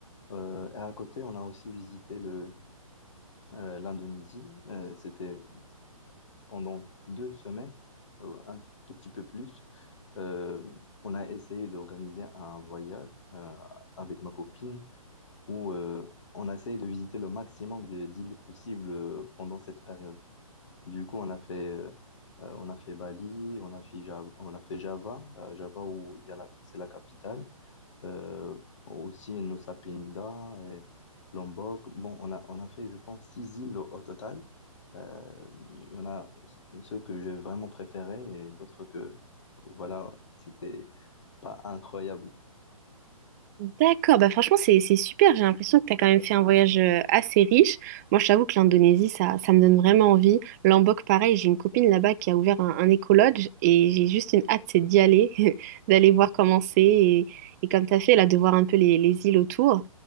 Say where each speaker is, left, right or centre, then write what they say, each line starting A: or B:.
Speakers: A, on the left; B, on the right.
A: euh, et à côté, on a aussi visité le, euh, l'Indonésie. Euh, c'était pendant deux semaines, euh, un tout petit peu plus. Euh, on a essayé d'organiser un voyage euh, avec ma copine où euh, on essaye de visiter le maximum de- d'îles possibles euh, pendant cette période. Du coup, on a fait, euh, euh, on a fait Bali, on a fait Java, on a fait Java, euh, Java où il y a la, c'est la capitale, euh, aussi Nusa Penida et Lombok. Bon, on a, on a fait, je pense, six îles au, au total. Euh, Il y en a ceux que j'ai vraiment préférés et d'autres que, voilà, c'était pas incroyable.
B: D'accord, bah franchement c'est c'est super, j'ai l'impression que tu as quand même fait un voyage euh, assez riche. Moi je t'avoue que l'Indonésie ça, ça me donne vraiment envie. Lombok pareil, j'ai une copine là-bas qui a ouvert un, un écolodge et j'ai juste une hâte c'est d'y aller, <laughs> d'aller voir comment c'est et, et comme tu as fait là de voir un peu les, les îles autour.